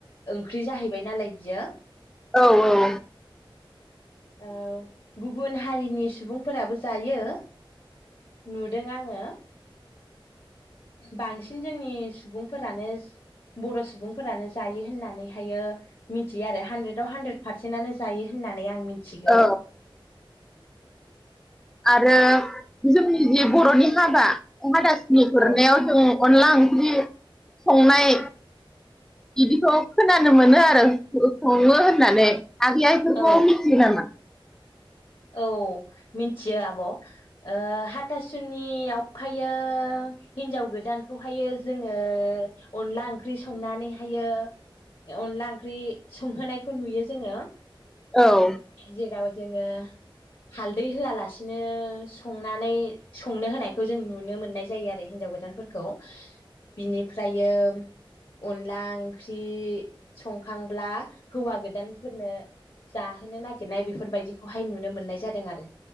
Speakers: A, on the left; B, in the centre.
A: ओंख्रि जाहैबाय नालाय बियो
B: औ औ
A: ओ गुबुन हारिनि सुबुंफोराबो जायो नुदों आङो बांसिन जोंनि सुबुंफोरानो बर' सुबुंफोरानो जायो होननानैहायो मिथियो आरो हानद्रेदआव हानद्रेद पारसेन्टनानो जायो होननानै नानै आं मिथिगौ।
B: औ आरो जोंनि जि बर'नि हाबा अहा दासिम‌ नुहोर
A: औ
B: नायाव जों अनला ओंख्रि संनाय बिदिखौ खोनानो मोनो आरो सो सङो होननानै आगैआ इफोरखौ
A: औ
B: मिथियो नामा?
A: औ मिथियो आब' ओ हाथासुनियावहायो हिन्जाव गोदानखौहायो जोङो अनला ओंख्रि संनानैहायो अनला ओंख्रि संहोनायखौ नुयो जोङो
B: औ
A: जेराव जोङो हालदै होआलासिनो संनानै संनो होनायखौ जों नुनो मोननाय जायो आरो हिनजाव गोदानफोरखौ बिनिफ्रायो अनला ओंख्रि संखांब्ला हौवा गोदानफोरनो जाहोनो नागिरनाय बेफोरबायदिखौहाय नु नो मोननाय जादों आरो।